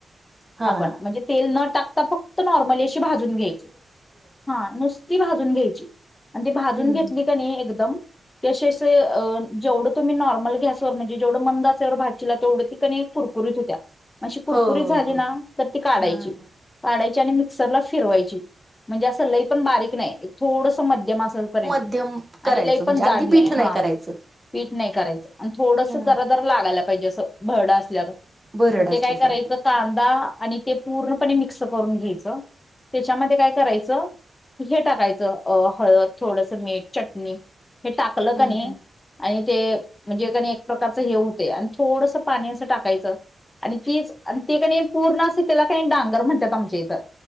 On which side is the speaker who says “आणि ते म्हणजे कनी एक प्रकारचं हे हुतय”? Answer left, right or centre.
Left